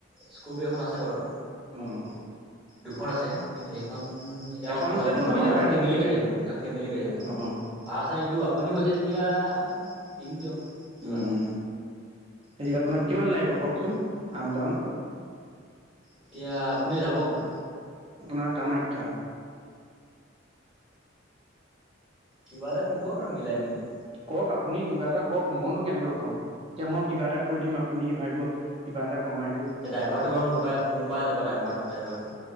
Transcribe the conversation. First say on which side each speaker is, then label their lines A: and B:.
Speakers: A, in the centre; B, on the right (about 30°).
A: স্কপিঅ' এখন আছে বাৰু
B: অহ।
A: দুখন আছে। কিন্তু সেইখন এতিয়া
B: এখনতেতো হৈ
A: আমাৰ
B: যাব
A: মানে
B: অ
A: ফেমেলি গাড়ীখন সেইখন ফেমেলি গাড়ী আমাৰ ভাৰা চাৰা নিদিওঁ আপুনি কৈছে যেতিয়া দিম দিয়ক। কিবা
B: উম,
A: এটা
B: উম হেৰি আপোনাক কিমান লাগিব কওকচোন আপ ডাউন?
A: এতিয়া আপুনি যাব ক'ত?
B: আপোনাৰ কামাখ্যা।
A: কিবা এটা দিব আৰু মিলাই মিলি
B: কওক আপুনি কিবা এটা কওক মনো কেনেকৈ কম এতিয়া মই কিবা এটা কৈ দিম আপুনি ভাবিব কিবা এটা কমাই
A: এই ড্ৰাইভাৰটো বাৰু মোৰ পাই মোৰ পাই যাব ড্ৰাইভাৰ ড্ৰাইভাৰটো